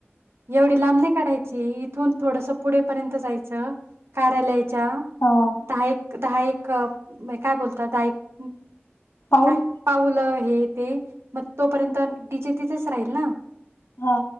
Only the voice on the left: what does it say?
हा
पाऊल
हा